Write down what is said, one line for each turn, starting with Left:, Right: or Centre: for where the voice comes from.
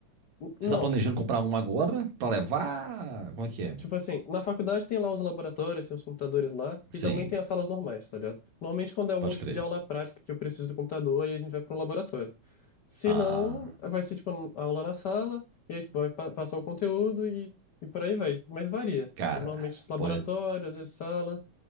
Left: N-
Right: Você
Left: Não,
Right: tá planejando
Left: ti-
Right: comprar um agora pra levar? Como é que é?
Left: tipo assim, na faculdade tem lá os laboratórios, tem os computadores lá,
Right: Sim,
Left: e também tem as salas normais, tá ligado? Normalmente quando é algum
Right: pode
Left: tipo
Right: crer.
Left: de aula prática que eu preciso do computador, aí a gente vai pro laboratório. Se
Right: Ah,
Left: não, vai ser tipo a aula na sala, e aí tipo, vai pa- passar o conteúdo e, e por aí vai. Mas varia.
Right: cara,
Left: Tipo, normalmente laboratório,
Right: pode,
Left: às vezes sala.